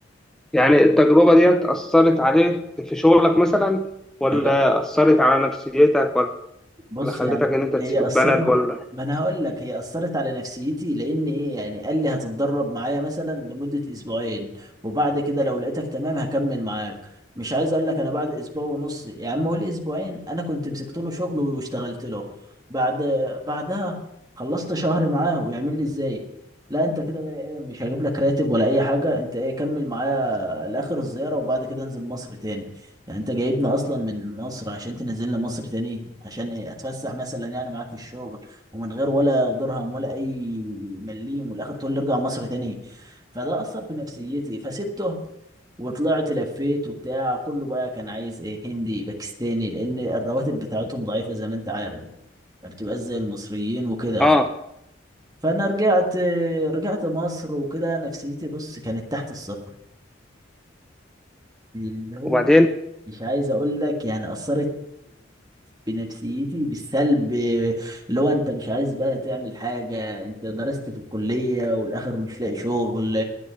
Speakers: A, in the centre; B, on the right.
A: يعني التجربة دي أثرت عليك في شغلك مثلا ولا
B: هي
A: أثرت على نفسيتك ولا
B: بص
A: خلتك
B: يعني
A: إن أنت تسيب
B: هي
A: البلد
B: اثرت
A: ولا
B: ما انا هقول لك هي اثرت على نفسيتي لان ايه يعني قال لي هتتدرب معايا مثلا لمده اسبوعين وبعد كده لو لقيتك تمام هكمل معاك مش عايز اقول لك انا بعد اسبوع ونص يا عم قول اسبوعين انا كنت مسكت له شغل واشتغلت له بعد بعدها خلصت شهر معاه ويعمل لي ازاي لا انت كده بقى ايه مش هجيب لك راتب ولا اي حاجه انت ايه كمل معايا لاخر الزياره وبعد كده انزل مصر تاني يعني انت جايبنا اصلا من مصر عشان تنزلنا مصر تاني عشان ايه اتفسح مثلا يعني معاك في الشغل ومن غير ولا درهم ولا اي مليم والاخر تقول لي ارجع مصر تاني فده اثر في نفسيتي فسبته وطلعت لفيت وبتاع كله بقى كان عايز ايه هندي باكستاني لان الرواتب بتاعتهم ضعيفة زي ما انت عارف ما بتبقاش زي المصريين وكده
A: آه
B: فانا رجعت رجعت مصر وكده نفسيتي بص كانت تحت الصفر اللي هو
A: وبعدين
B: مش عايز اقول لك يعني اثرت بنفسيتي بالسلب اللي هو انت مش عايز بقى تعمل حاجه انت درست في الكليه والاخر مش لاقي شغل